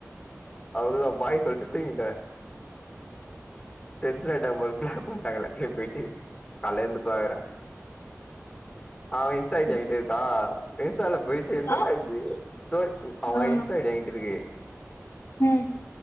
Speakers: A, on the left (about 15°); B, on the left (about 50°).
A: அவ்ளதா பாய் சொல்லிட்டு தூங்கிட்டே டென்சனாயிட்டா போல பிளாக் பண்ட்டாங்க எல்லாத்திலயு போய்ட்டு காலைல எழுந்து பாக்கறே அவ இன்ஸ்டா
B: சுத்தி
A: ஐ டி என்ட்ட இருக்கா இன்ஸ்டால போயிட்டு என்னடா
B: ஆ
A: இது ஸ்டோரி அவ
B: ஆ
A: இன்ஸ்டா ஐ டி என்கிட்ட இருக்கு
B: ம்